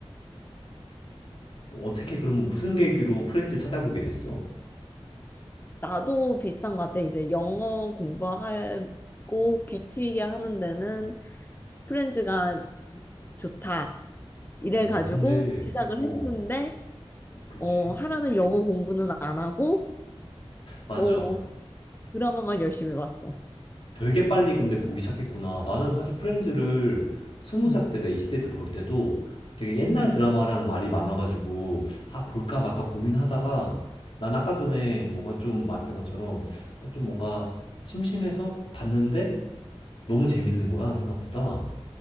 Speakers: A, on the left; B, on the left.
A: 어떻게 그럼 무슨 계기로 프렌즈 찾아보게 됐어?
B: 나도 비슷한 것 같아 이제 영어 공부하고 귀 트이게 하는 데는 프렌즈가 좋다 이래
A: 어,
B: 가지고
A: 근데
B: 시작을
A: 어,
B: 했는데
A: 어, 그치.
B: 어 하라는 영어 공부는 안 하고
A: 맞아.
B: 어 드라마만 열심히 봤어.
A: 되게 빨리 근데 보기 시작했구나. 나는 사실 프렌즈를 20살
B: 음.
A: 그때 내가 20대 때 볼 때도 되게 옛날
B: 음.
A: 드라마라는 말이 많아가지고 아, 볼까 말까 고민하다가 난 아까 전에 뭔가 좀 말했던 것처럼 어, 좀 뭔가 심심해서 봤는데 너무 재밌는 거야, 생각보다.